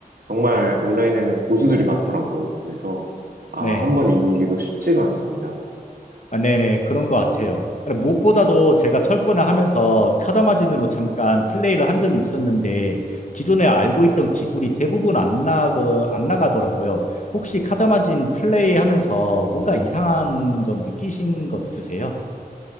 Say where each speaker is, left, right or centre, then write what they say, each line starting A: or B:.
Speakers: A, on the right; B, on the left.
A: 정말 온라인에는 고수들이 많더라고요. 그래서 아,
B: 네.
A: 한 번 이기기도 쉽지가 않습니다.
B: 아, 네네, 그런 것 같아요. 근데 무엇보다도 제가 철거나 하면서 타자 마진으로 잠깐 플레이를 한 적이 있었는데, 기존에 알고 있던 기술이 대부분 안 나가, 안 나가더라고요. 혹시 카자 마진 플레이 하면서 뭔가 이상한 점 느끼신 거 있으세요?